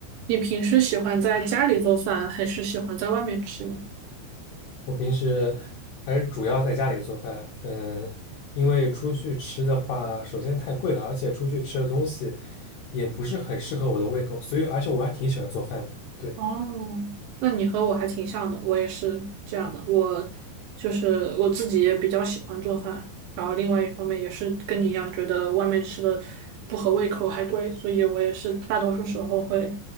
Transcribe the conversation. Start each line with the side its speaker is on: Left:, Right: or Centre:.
Right: 你平时喜欢在家里做饭，还是喜欢在外面吃呢？
Left: 我平时还是主要在家里做饭，嗯，因为出去吃的话，首先太贵了，而且出去吃的东西也不是很适合我的胃口，所以而且我还挺喜欢做饭的。对，
Right: 哦，那你和我还挺像的，我也是这样的。我就是我自己也比较喜欢做饭，然后另外一方面也是跟你一样，觉得外面吃的不合胃口还贵，所以我也是大多数时候会